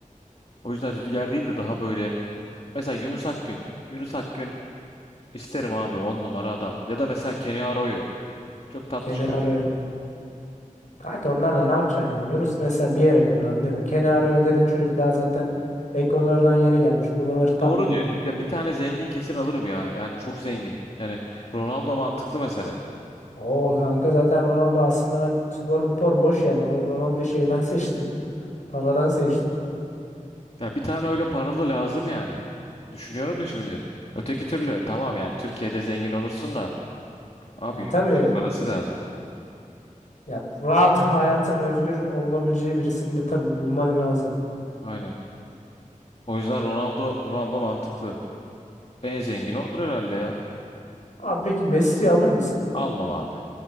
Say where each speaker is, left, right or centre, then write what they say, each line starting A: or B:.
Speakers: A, on the left; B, on the left.
A: O yüzden Rüdiger değil de daha böyle mesela Yunus Akgün. Yunus Akgün isterim abi on numara adam. Ya da mesela Kenny Arroyo. Çok tatlı
B: Kenny
A: çocuk.
B: arıyor. Kanka onlarla ne yapacaksın ya? Yunus mesela bir yere kadar anlıyor mu? Kenny arıyor dediğin çocuk daha zaten Ekvador'dan yeni gelmiş. Buraları tam
A: Doğru
B: bilmiyorum.
A: diyorsun. Ya bir tane zengin kesin alırım ya. Yani çok zengin. Yani Ronaldo mantıklı mesela.
B: Oo kanka zaten Ronaldo aslında ben sporum spor boş yani. O Ronaldo'yu şeyden <laughs> seçtim. Paradan seçtim.
A: Ya bir tane öyle paralı lazım yani. Düşünüyorum da şimdi. Öteki türlü tamam yani Türkiye'de zengin olursun da abi
B: Ya
A: yurt
B: tabii
A: dışı parası lazım.
B: ya rahat hayatın özgür olabileceği birisini de tabii bulman lazım.
A: Aynen. O yüzden Ronaldo Ronaldo mantıklı. En zengini odur herhalde ya.
B: Abi peki Messi'yi alır mısın?
A: Almam abi.